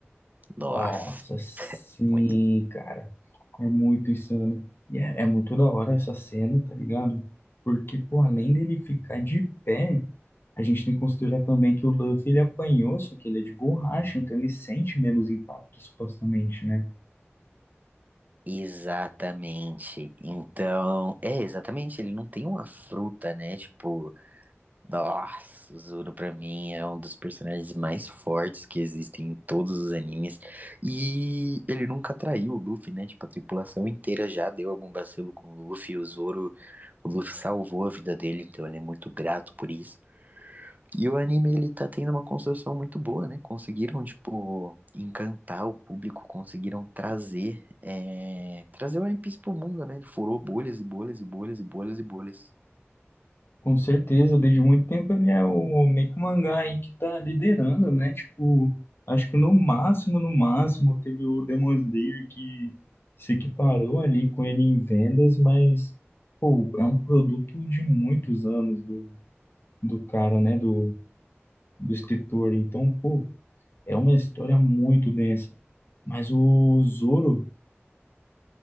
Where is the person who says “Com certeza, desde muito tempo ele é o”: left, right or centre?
Left